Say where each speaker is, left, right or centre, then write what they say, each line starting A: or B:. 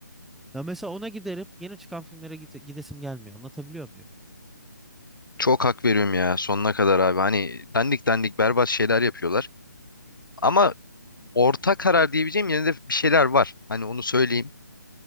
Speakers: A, in the centre; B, on the left.
A: Ya mesela ona giderim yeni çıkan filmlere gide- gidesim gelmiyor anlatabiliyor muyum?
B: çok hak veriyorum ya sonuna kadar abi hani dandik dandik berbat şeyler yapıyorlar ama orta karar diyebileceğim yine de bir şeyler var hani onu söyleyeyim